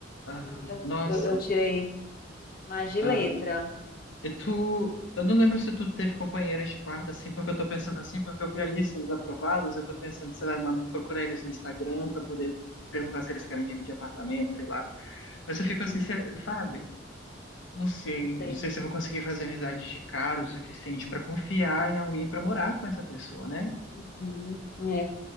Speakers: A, on the left; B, on the left.
A: aham.
B: assim, eu,
A: Nossa,
B: eu, eu tirei mais de
A: ah,
B: letra.
A: e tu. Eu não lembro se tu teve companheiros de quarto, assim, porque eu tô pensando assim, porque eu vi a lista dos aprovados, eu tô pensando, sei lá, em man- procurar eles no Instagram pra poder perguntar se eles querem dividir apartamento, sei lá. Mas eu
B: Uhum,
A: fico assim, cê- sabe? Não sei,
B: eu sei.
A: não sei se eu vou conseguir fazer amizades de cara o suficiente pra confiar em alguém pra morar com essa pessoa, né?
B: Uhum. é.